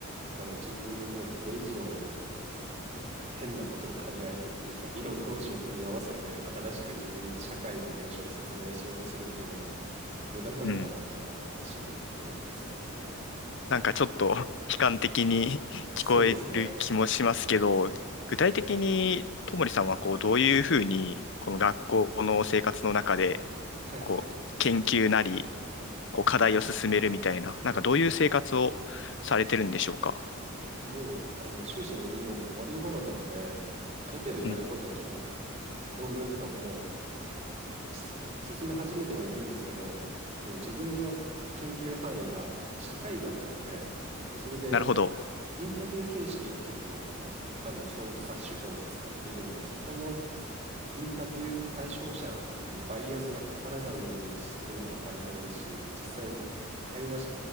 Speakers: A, on the right; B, on the left.
A: あの、自分はもうこれ以上変なことを考えてっていうか理論同士を組み合わせて新しく自分で社会の現象を説明しようとするっていうのも無駄なのかなって思ってしまってるんですよね。
B: うんなんかちょっと <laughs> 悲観的に <laughs> 聞こえる気もしますけど、
A: そうですね。
B: 具体的に、ともりさんは、こう、どういうふうに、この学校の生活の中で、
A: はいはい。
B: こう、研究なり、こう、課題を進めるみたいな、なんかどういう生活をされてるんでしょうか。
A: えっともうあの修士の2年で終わり頃なのである程度やることは決まっ
B: うん。
A: 論文とかももうはす進め始めてはいるんですけどその自分の研究範囲が社会学なので、でそれで
B: なるほど。
A: インタビュー形式を結構あの調査手法に使っているので、そこのインタビュー対象者にバイアスがかからないようにするのも大変ですし、実際会話し